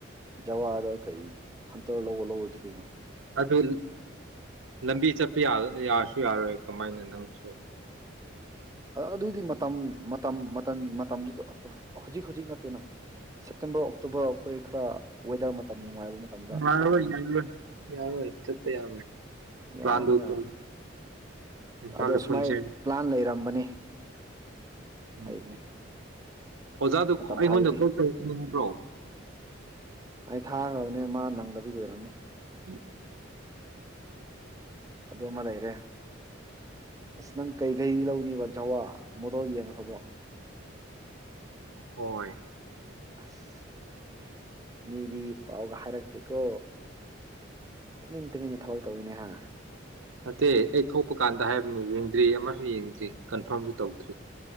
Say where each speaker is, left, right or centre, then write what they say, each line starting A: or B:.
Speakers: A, on the right (about 15°); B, on the right (about 85°).
A: ꯖꯋꯥꯗ ꯀꯩ ꯍꯟꯇꯔ ꯂꯧꯕ ꯂꯧꯕꯗꯤ ꯀꯩꯅꯣ
B: ꯑꯗꯨ ꯂꯝꯕꯤ ꯆꯠꯄ ꯌꯥꯁꯨ ꯌꯥꯔꯣꯏ ꯀꯃꯥꯏꯅ ꯅꯪꯁꯨ
A: ꯑꯗꯨꯗꯤ ꯃꯇꯝ ꯃꯇꯝ ꯃꯇꯝ ꯃꯇꯝꯗꯨ ꯍꯧꯖꯤꯛ ꯍꯧꯖꯤꯛ ꯅꯠꯇꯦꯅ ꯁꯦꯞꯇꯦꯝꯕꯔ ꯑꯣꯛꯇꯣꯕꯔ ꯑꯩꯈꯣꯏ ꯈꯔ ꯋꯦꯗꯔ ꯃꯇꯝ ꯅꯨꯡꯉꯥꯏꯕ ꯃꯇꯝꯗ
B: ꯌꯥꯔ ꯑꯣꯏ ꯌꯥ ꯌꯥꯔꯣꯏ ꯆꯠꯄ ꯌꯥꯔꯣꯏ
A: ꯌꯥꯔꯅꯤ
B: ꯄ꯭ꯂꯥꯟꯗꫭ
A: ꯌꯥꯔꯅꯤ
B: ꯇꫭꯛ ꯏꯝꯐꯥꯜꯗ
A: ꯑꯗꯣ ꯁꯨꯃꯥꯏ
B: ꯄꯨꯟꯁꯦ
A: ꯄ꯭ꯂꯥꯟ <unintelligible>
B: ꯎꯝ
A: ꯍꯥꯏꯕꯅꯦ
B: ꯑꯣꯖꯥꯗꯨ
A: ꯃꯇꯝ
B: ꯑꯩꯉꯣꯟꯗ
A: ꯐꯔꯗꯤ
B: ꯀꯣꯜ ꯇꯧꯔꯛꯀꯅꯤ ꯍꯥꯏꯕ꯭ꯔꯣ
A: ꯑꯩ ꯊꯥꯈ꯭ꯔꯕꯅꯦ ꯃꯥ ꯅꯪꯗꯕꯒꯤ ꯑꯣꯏꯔꯒꯅꯤ
B: ꯎꯝ
A: ꯑꯗꯨꯃ ꯂꯩꯔꯦ ꯑꯁ ꯅꯪ ꯀꯩ ꯀꯩ ꯂꯧꯅꯤꯕ ꯖꯋꯥ ꯃꯣꯗꯣꯜ ꯌꯦꯡꯈ꯭ꯔꯕꯣ
B: ꯍꯣꯏ
A: ꯑꯁ ꯃꯤꯗꯤ ꯄꯥꯎꯒ ꯍꯥꯏꯔꯛꯇꯦꯀꯣ ꯇꯨꯃꯤꯟ ꯇꯨꯃꯤꯟꯅ ꯊꯕꯛ ꯇꯧꯋꯤꯅꯦꯍ
B: ꯅꯠꯇꯦ ꯑꯩ ꯊꯣꯛꯄ ꯀꯥꯟꯗ ꯍꯥꯏꯕ ꯌꯦꯡꯗ꯭ꯔꯤ ꯑꯃꯁꯨ ꯌꯦꯡꯖꯩ ꯀꯟꯐꯥꯔꯝꯕꯨ ꯇꯧꯗ꯭ꯔꯤ